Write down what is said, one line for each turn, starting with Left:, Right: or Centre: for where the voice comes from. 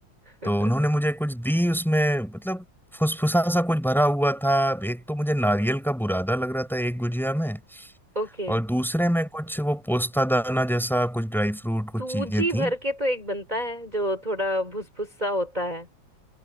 Right: <laughs>
Centre: तो उन्होंने मुझे कुछ दी उसमें मतलब फुसफुसा सा कुछ भरा हुआ था एक तो मुझे नारियल का बुरादा लग रहा था एक गुजिया में
Right: ओके
Centre: और दूसरे में कुछ वो पोस्ता दाना जैसा कुछ ड्राई फ्रूट कुछ
Right: सूजी
Centre: चीजें थी
Right: भर के तो एक बनता है जो थोड़ा भुस भुस सा होता है